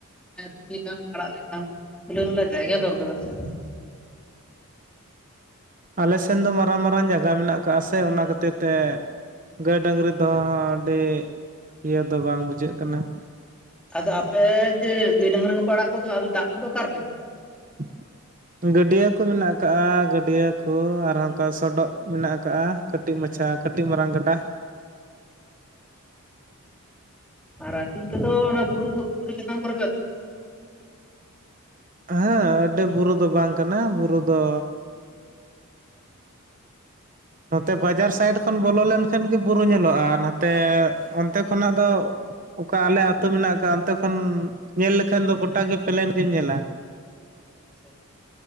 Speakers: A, in the centre; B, on the right (about 35°).
A: ᱟᱹᱛᱤᱧ ᱞᱮᱠᱟᱱ, ᱟᱲᱟᱜ ᱞᱮᱠᱟᱱ ᱠᱷᱩᱞᱟᱹ ᱢᱮᱞᱟ ᱡᱟᱭᱜᱟ ᱫᱚᱨᱠᱟᱨᱟ᱾ ᱟᱪᱪᱷᱟ᱾
B: ᱟᱞᱮ ᱥᱮᱱ ᱫᱚ ᱢᱟᱨᱟᱝ, ᱢᱟᱨᱟᱝ ᱡᱟᱭᱜᱟ ᱢᱮᱱᱟᱜ ᱠᱟᱜ-ᱟ ᱥᱮ ᱚᱱᱟ ᱠᱷᱟᱹᱛᱤᱨ ᱛᱮ ᱜᱟᱹᱭ, ᱰᱟᱹᱝᱨᱤ
A: ᱟᱪᱪᱷᱟ
B: ᱫᱚᱦᱚ ᱦᱚᱸ ᱟᱹᱰᱤ ᱤᱭᱟᱹ ᱫᱚ ᱵᱟᱝ ᱵᱩᱡᱷᱟᱹᱜ ᱠᱟᱱᱟ᱾
A: ᱟᱫᱚ ᱟᱯᱮ ᱡᱮ ᱜᱟᱹᱭ ᱰᱟᱹᱝᱨᱤ ᱠᱚᱯᱮ ᱟᱲᱟᱜ ᱠᱚᱫᱚᱜ ᱟᱫᱚ ᱫᱟᱜ ᱠᱚ ᱚᱠᱟ ᱨᱮ ᱯᱮ
B: <inaudible> ᱜᱟᱹᱰᱭᱟᱹ ᱠᱚ ᱢᱮᱱᱟᱜ ᱠᱟᱜᱼᱟ ᱜᱟᱹᱰᱭᱟᱹ ᱠᱚ ᱟᱨ ᱚᱱᱠᱟ ᱥᱚᱰᱚᱜ ᱢᱮᱱᱟᱜ ᱠᱟᱜᱼᱟ᱾ ᱠᱟᱹᱴᱤᱡ ᱢᱟᱪᱷᱟ ᱠᱟᱹᱴᱤᱡ ᱢᱟᱨᱟᱝ ᱜᱟᱸᱰᱟ᱾
A: ᱟᱨ ᱟᱹᱛᱤᱧ ᱠᱚᱫᱚ ᱚᱱᱟ ᱵᱩᱨᱩ ᱠᱚ ᱚᱱᱟ ᱵᱩᱨᱩ ᱪᱮᱛᱟᱱ ᱠᱚᱨᱮ ᱯᱮ ᱟ
B: ᱦᱮᱸ ᱟᱹᱰᱤ ᱵᱩᱨᱩ ᱫᱚ ᱵᱟᱝ ᱠᱟᱱᱟ ᱵᱩᱨᱩ ᱫᱚ ᱱᱚᱛᱮ ᱵᱟᱡᱟᱨ
A: ᱟᱪᱪᱷᱟ
B: ᱥᱟᱭᱤᱰ ᱠᱷᱚᱱ ᱵᱚᱞᱚ ᱞᱮᱱ ᱠᱷᱟᱱ ᱜᱮ ᱵᱩᱨᱩ ᱧᱮᱞᱚᱜᱼᱟ ᱟᱨ ᱱᱟᱛᱮ ᱚᱱᱛᱮ ᱠᱷᱚᱱᱟᱜ ᱫᱚ ᱚᱠᱟ ᱟᱞᱮ ᱟᱹᱛᱳ ᱢᱮᱱᱟᱜ ᱠᱟᱜᱼᱟ ᱚᱱᱛᱮ ᱠᱷᱚᱱ ᱧᱮᱞ ᱞᱮᱠᱷᱟᱱ ᱫᱚ ᱜᱚᱴᱟ ᱜᱮ ᱯᱞᱮᱱ ᱜᱮ ᱧᱮᱞᱟ᱾ <inaudible>
A: ᱟᱪᱪᱷᱟ᱾